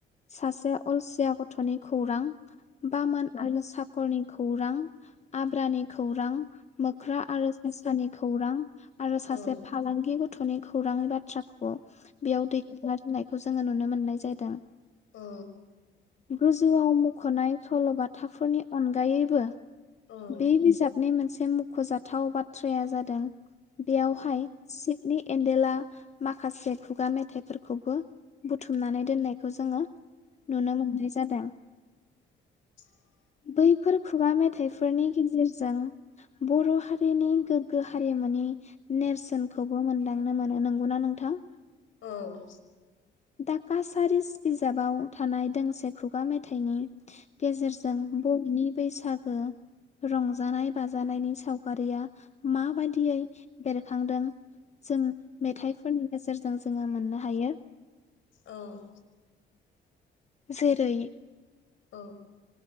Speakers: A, on the left; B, on the left.
A: सासे अलसिया थ'नि खौरां बामान आरो सा नखरनि खौरां आब्रानि खौरां। मोख्रा आरो सेस्रानि खौरां आरो
B: औ
A: सासे फालांगि थ'नि खौरां बाथ्रा बेयाव <unintelligible> खौ जोङो नुनो मोननाय जादों।
B: ओ।
A: गोजौआव मुख'नाय सल'बाथाफोरनि अनगायैबो
B: औ
A: बे
B: औ
A: बिजाबनि मोनसे एसे मुख'जाथाव बाथ्राया जादों बेयावहाय सिटनि एन्देला माखासे खुगा मेथाइफोरखौबो बुथुमनानै दोननायखौ जोङो नुनो मोननाय जादों।
B: <inaudible>
A: बैफोर खुगा मेथाइफोरनि गेजेरजों। बर' हारिनि गोग्गो हारिमुनि नेरसोनखौबो मोनदांनो मोनो नंगौना नोंथां?
B: औ।
A: दा कासारिस बिजाबाव थानाय दोंसे खुगा मेथाइनि गेज <unintelligible> बैसागो रंजानाय बाजानायनि सावगारिया माबायदियै बेरखांदों? जों मेथाइफोरनि गेजेर जों जोङो मोननो हायो।
B: औ।
A: जेरै
B: औ।